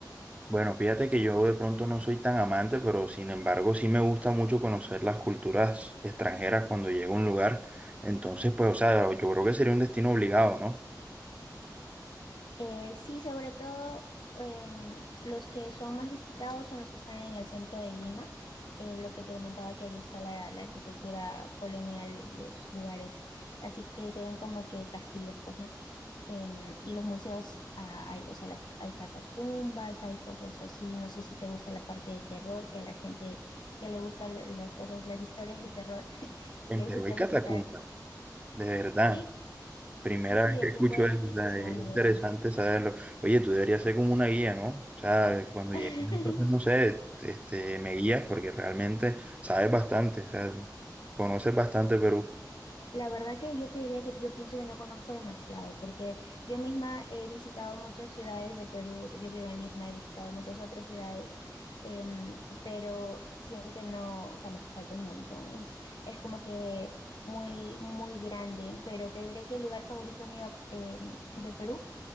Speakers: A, on the right; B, on the left.
A: Bueno, fíjate que yo de pronto no soy tan amante, pero sin embargo sí me gusta mucho conocer las culturas extranjeras cuando llego a un lugar. Entonces, pues, o sea, yo creo que sería un destino obligado, ¿no?
B: Eh, sí, sobre todo em, los que son más visitados son los que están en el centro de Lima. Eh, lo que te comentaba que ahí está la, la arquitectura colonial, los lugares, así que se ven como que castillos, pues, ¿no? Em, y los museos, ah, hay, o sea, las- hay catacumbas, hay cosas así. No sé si te gusta la parte de terror, que a la gente que le gustan lo- las cosas, las historias de terror, <laughs> les
A: En Perú
B: gusta
A: hay catacumbas,
B: visitar.
A: de verdad.
B: Sí,
A: Primera
B: sí, sí,
A: vez
B: del
A: que escucho
B: tiempo de
A: eso,
B: la Inquisición
A: o sea, es interesante
B: y eso.
A: saberlo. Oye, tú deberías ser como una guía, ¿no? O sea, cuando
B: <laughs>
A: llegues, entonces, no sé, este, me guías porque realmente sabes bastante, o sea, conoces bastante Perú.
B: La verdad que yo te diría que yo pienso que no conozco demasiado, porque yo misma he visitado muchas ciudades de Perú, o sea, yo vivo en Lima, he visitado muchas otras ciudades, em, pero siento que no, o sea, me falta un montón, es, es como que muy, muy grande, pero te diré que el lugar favorito mío em, de Perú